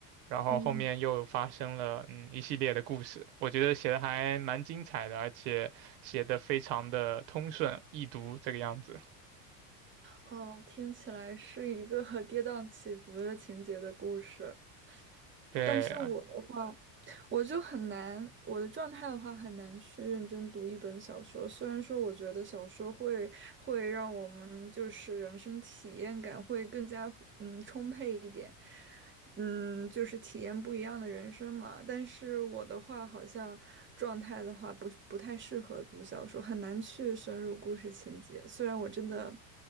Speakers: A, on the right; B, on the right.
A: 然后后面又发生了嗯一系列的故事，
B: 嗯
A: 我觉得写的还蛮精彩的，而且写的非常的通顺易读这个样子。
B: 哦，听起来是一个 <laughs> 跌宕起伏的情节的故事。
A: 对，
B: 但是我的话，
A: 啊
B: 我就很难，我的状态的话很难去认真读一本小说。虽然说我觉得小说会会让我们就是人生体验感会更加嗯充沛一点，嗯，就是体验不一样的人生嘛。但是我的话好像状态的话不不太适合读小说，很难去深入故事情节。虽然我真的